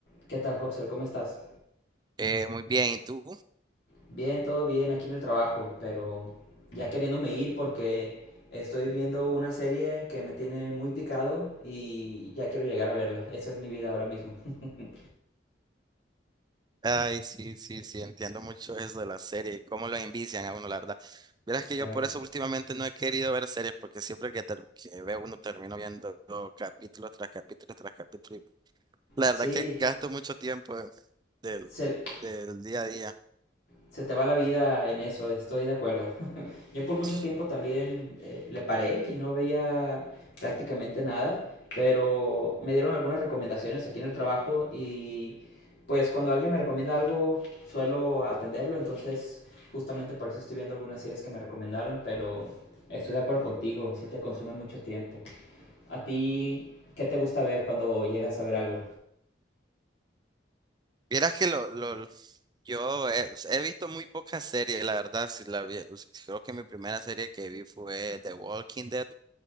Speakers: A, on the left; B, on the right.
A: ¿Qué tal, Hoxer? ¿Cómo estás?
B: Eh, muy bien, ¿y tú?
A: Bien, todo bien aquí en el trabajo, pero ya queriéndome ir porque estoy viendo una serie que me tiene muy picado y ya quiero llegar a verla. Esa es mi vida ahora mismo. <laughs>
B: Ay, sí, sí, sí, entiendo mucho eso de las series, cómo lo envician a uno, la verdad. Verás que
A: Claro.
B: yo por eso últimamente no he querido ver series, porque siempre que, ter- que veo uno termino viendo capítulos tras capítulos tras capítulo. y la verdad
A: Sí,
B: que gasto mucho tiempo del,
A: se-
B: del día a día.
A: se te va la vida en eso, estoy de acuerdo. <laughs> Yo por mucho
B: Sí.
A: tiempo también eh, le paré y no veía prácticamente nada, pero me dieron algunas recomendaciones aquí en el trabajo y pues cuando alguien me recomienda algo suelo atenderlo, entonces justamente por eso estoy viendo algunas series que me recomendaron, pero estoy de acuerdo contigo, sí te consume mucho tiempo. ¿A ti qué te gusta ver cuando llegas a ver algo?
B: Vieras que lo, lo- yo he, he visto muy pocas series, la verdad. Si la vi- si creo que mi primera serie que vi fue The Walking Dead